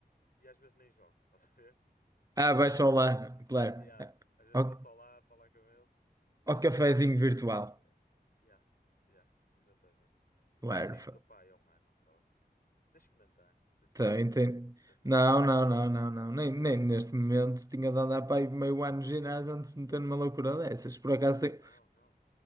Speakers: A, on the left (about 65°); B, on the right (about 20°).
A: E às vezes nem jogo, <laughs> estás a ver?
B: Ah,
A: Estou
B: baixa
A: só
B: o
A: ali,
B: claro.
A: yeah, às vezes
B: Ao,
A: estou só lá a falar com eles,
B: ao
A: yeah,
B: cafezinho
A: mas não consigo,
B: virtual.
A: meu. Yeah, yeah, exatamente.
B: Claro.
A: Mas sim, estou pá, é um ano cross. Tens de experimentar, não sei se
B: Tem,
A: alguma vez
B: tem.
A: ten- tentaste.
B: Não, não, não, não, não. Nem, nem neste momento tinha de andar para aí meio ano de ginásio antes de meter numa loucura dessas. Por
A: Não,
B: acaso tem.
A: não, não.